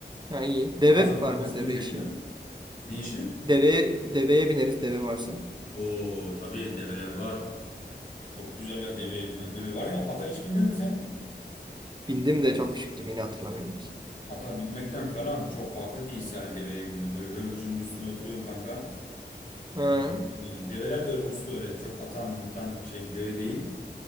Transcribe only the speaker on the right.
Ha iyi. Deve
var mı?
Deve
işi.
Deve, deveye bineriz deve varsa.
Bindim de çok küçüktüm yine hatırlamıyorum ki.
Ha.